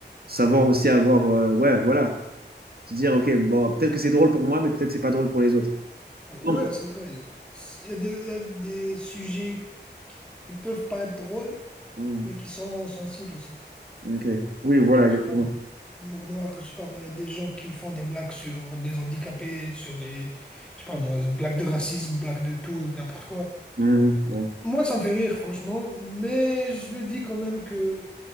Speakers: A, on the right; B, in the centre.
A: Savoir aussi avoir, euh, ouais, voilà, se dire, ok, bon, peut-être que c'est drôle pour moi, mais peut-être que c'est pas drôle pour les autres.
B: Ouais,
A: Non.
B: c'est vrai. Il y a des, il y a des sujets qui peuvent paraître drôles,
A: Mm,
B: mais qui sont sensibles aussi. Je
A: ok. Oui, voilà,
B: sais
A: exactement.
B: pas, Humour noir, je sais pas, moi, il y a des gens qui font des blagues sur les handicapés, sur les, je sais pas, moi, blagues de racisme, blagues de tout et n'importe quoi.
A: Mm, ouais.
B: Moi, ça me fait rire, franchement, mais je me dis quand même que